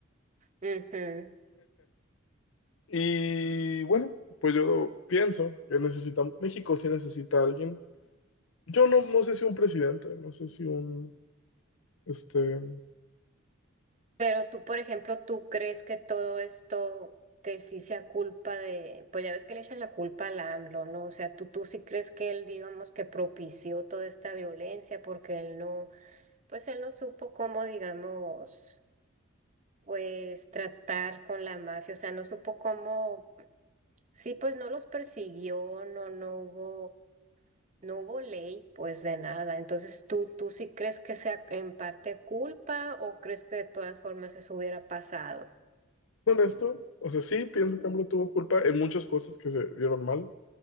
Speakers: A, on the right; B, on the left.
A: Ujú.
B: Y bueno, pues yo pienso que necesita, México sí necesita a alguien Yo no, no sé si un presidente, no sé si un, este,
A: Pero tú, por ejemplo, ¿tú crees que todo esto, que sí sea culpa de, pues ya ves que le echan la culpa al AMLO, ¿no? O sea, tú, tú sí crees que él, digamos, que propició toda esta violencia porque él no, pues él no supo cómo, digamos, pues tratar con la mafia, o sea, no supo cómo, sí, pues no los persiguió, no, no hubo, no hubo ley, pues de nada. Entonces, ¿tú, tú sí crees que sea en parte culpa o crees que de todas formas eso hubiera pasado?
B: honesto. O sea, sí, pienso que AMLO tuvo culpa en muchas cosas que se dieron mal,